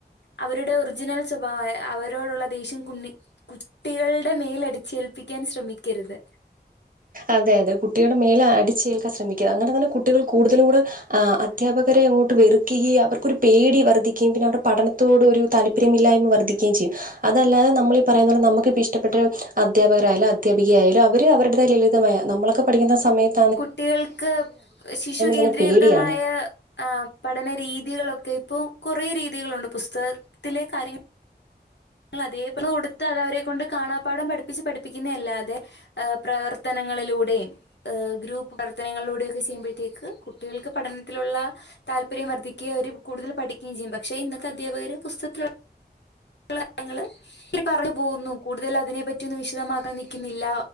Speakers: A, on the left; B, on the right.
A: അവരുടെ ഒറിജിനൽ സ്വഭാവം അവരോടുള്ള ദേഷ്യം കുഞ്ഞി കുട്ടിൾടെ മേലടിച്ചേൽപ്പിക്കാൻ ശ്രമിക്കരുത്
B: അതെ അതെ കുട്ടിൾടെ മേലെടിച്ചേൽക്കാൻ ശ്രമിക്കുകരത് അങ്ങനെ തന്നെ കുട്ടികൾ കൂടുതലൂടെ ആ അധ്യാപകരെ അങ്ങോട്ട് വെറുക്കുകയും അവർക്കൊരു പേടി വർദ്ധിക്കയും അവടെ പഠനത്തോട് ഒരു താല്പര്യം വിവരമില്ലായ്മ വർധിക്കുകയും ചെയ്യും അതല്ലാതെ നമ്മളീ പറയുന്നത് നമുക്കിഷ്ടപെട്ടൊരു അധ്യാപകിയാലു അധ്യാപികയായാലും അവര് അവരുടെതായ നമ്മളൊക്കെ പഠിക്കുന്ന സമയത്ത്
A: കുട്ടിൾക്ക് ശിശു കേന്ദ്രീകൃതമായ
B: തന്നെ പേടിയാണ്
A: ആഹ് പഠനരീതികളൊക്കെ ഇപ്പോ കുറെ രീതികളുണ്ട് പുസ്തകത്തിലെ കാര്യങ്ങ <unintelligible> അതേപോലെ കൊടുത്ത് അത് അവരെ കൊണ്ട് കാണാപ്പാഠം പഠിപ്പിച്ച് പഠിപ്പിക്കുന്നല്ലാതെ പ്രവർത്തനങ്ങളിലൂടെയും ഏഹ് ഗ്രൂപ്പ് പ്രവർത്തനങ്ങളിലൂടെയൊക്കെ ചെയ്യുമ്പോഴത്തേക്ക് കുട്ടിൾക്ക് പഠനത്തിലുള്ള താൽപര്യം വർദ്ധിക്കയ അവര് കൂടുതല് പഠിക്കുക ചെയ്യും പക്ഷെ ഇന്നത്തെ അധ്യാപകര് പുസ്തകത്തിലുള്ള <unintelligible> പറഞ്ഞു പോകുന്നു കൂടുതൽ അതിനെ പറ്റിയൊന്നും വിശദമാക്കാൻ നിക്കുന്നില്ല